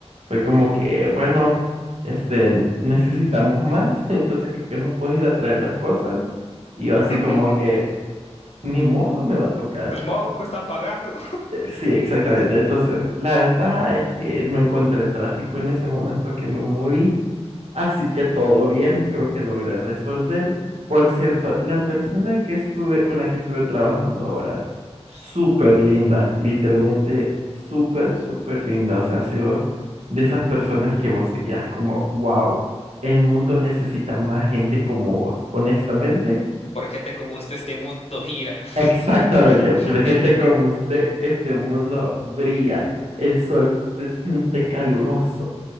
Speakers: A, on the right; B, on the left.
A: fue como que, bueno, este, necesitamos más, <laughs> entonces creo que nos puedes ir a traer las cosas y yo así
B: <laughs>
A: como que, ni modo, me va a tocar.
B: Pues Ni modo, me están pagando. <laughs>
A: Eh, Sí, exactamente. Entonces, la ventaja es que no encontré tráfico en ese momento que me moví, así que todo bien, creo que logré resolver. Por cierto, la persona que estuve, con la que estuve trabajando ahora, súper linda, literalmente súper, súper linda. O sea, ha sido de esas personas que vos te quedas como, wow, el mundo necesita más gente como vos. Honestamente,
B: Por gente como usted, este mundo gira.
A: Exactamente,
B: <laughs>
A: por gente como usted, este mundo brilla, el sol se siente caluroso.